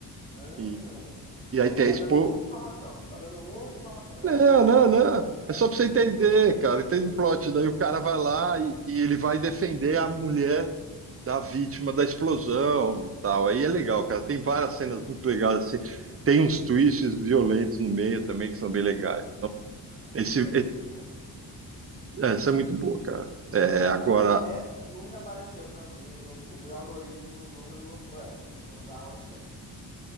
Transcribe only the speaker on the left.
ah.
Ó,
já tá
dando muita informação. Tá dando muita informação, já
é spoiler.
É
sim.
Hum,
interessante.
Ela,
essa nunca apareceu pra mim, no- o meu algoritmo nunca me mostrou essa. Vou dar uma chance.